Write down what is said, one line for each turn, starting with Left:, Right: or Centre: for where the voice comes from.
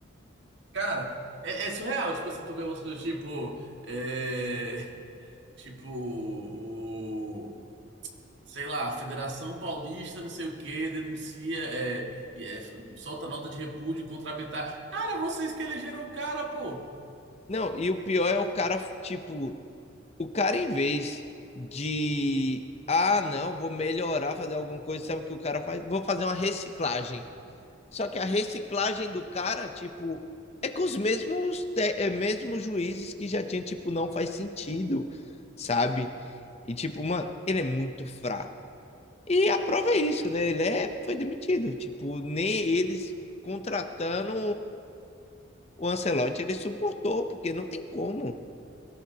Right: Cara, é, é surreal, tipo assim, tu vê umas coisas tipo. é, Tipo, o. sei lá, Federação Paulista, não sei o quê, denuncia, é, é, solta nota de repúdio contra a Bittar. Cara, vocês que elegeram o cara, pô!
Left: Não, e o pior é o cara, tipo, o cara em vez de ah, não, vou melhorar, fazer alguma coisa, sabe o que o cara faz? Vou fazer uma reciclagem. Só que a reciclagem do cara, tipo, é com os mesmos, é, mesmos juízes que já tinha, tipo, não faz sentido, sabe? E, tipo, mano, ele é muito fraco. E a prova é isso, né? Ele é, foi demitido. Tipo, nem eles contratando o Ancelotti, ele suportou, porque não tem como.